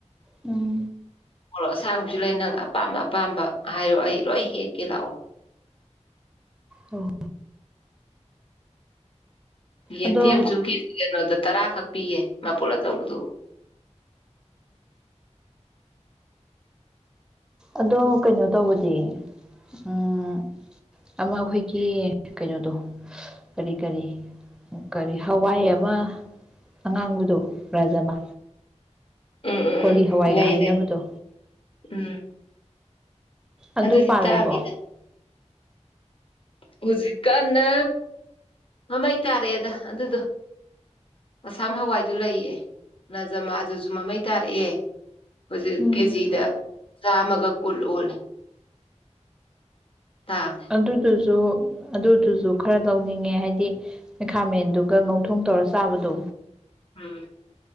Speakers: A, in the centre; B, on the left.
A: ꯎꯝ
B: ꯃꯣꯔꯣꯛ ꯑꯁꯥꯡꯕꯁꯨ ꯂꯩ ꯅꯪ ꯑꯄꯥꯝ ꯑꯄꯥꯝꯕ ꯍꯥꯏꯔꯣ ꯑꯩ ꯂꯣꯏ ꯍꯦꯛꯀꯦ ꯂꯥꯛꯑꯣ
A: ꯑꯣ
B: ꯌꯦꯟꯗꯦꯝꯁꯨ
A: ꯑꯗꯣ
B: ꯀꯦ ꯀꯩꯅꯣꯗ ꯇꯔꯥꯈꯛ ꯄꯤꯌꯦ ꯃꯥꯄꯨꯜ ꯑꯆꯧꯕꯗꯣ
A: ꯑꯗꯣ ꯀꯩꯅꯣ ꯇꯧꯕꯗꯤ ꯎꯝ ꯑꯃ ꯑꯩꯈꯣꯏꯒꯤ ꯀꯩꯅꯣꯗꯣ ꯀꯔꯤ ꯀꯔꯤ ꯀꯔꯤ ꯍꯋꯥꯏ ꯑꯃ ꯑꯉꯥꯡꯕꯗꯣ ꯔꯥꯖꯃ
B: ꯎꯝ ꯎꯝ
A: ꯀꯣꯂꯤ
B: ꯎꯝ
A: ꯍꯋꯥꯏꯒ
B: ꯂꯩ
A: ꯍꯥꯏꯅꯕꯗꯣ
B: ꯂꯩ ꯎꯝ
A: ꯑꯗꯨ
B: ꯑꯗꯨꯗꯤ
A: ꯄꯥꯜꯂꯤꯕꯣ
B: ꯇꯥꯡꯉꯤꯗ ꯍꯧꯖꯤꯛꯀꯥꯟꯅ ꯃꯃꯩ ꯇꯥꯔꯛꯑꯦꯗ ꯑꯗꯨꯗꯣ ꯑꯁꯥꯝ ꯍꯋꯥꯏꯗꯨ ꯂꯩꯌꯦ ꯅꯖꯃꯥꯗꯨꯁꯨ ꯃꯃꯩ ꯇꯥꯔꯛꯑꯦ ꯍꯧꯖꯤꯛ
A: ꯎꯝ
B: ꯀꯦꯖꯤꯗ ꯆꯥꯝꯃꯒ ꯀꯨꯟ ꯑꯣꯜꯂꯦ ꯇꯥꯡꯉꯦ
A: ꯑꯗꯨꯗꯣ ꯖꯨ ꯑꯗꯨꯗꯨꯖꯨ ꯈꯔ ꯂꯧꯅꯤꯡꯉꯦ ꯍꯥꯏꯗꯤ ꯃꯩꯈꯥꯃꯦꯟꯗꯨꯒ ꯉꯧꯊꯣꯡ ꯇꯧꯔ ꯆꯥꯕꯗꯣ
B: ꯎꯝ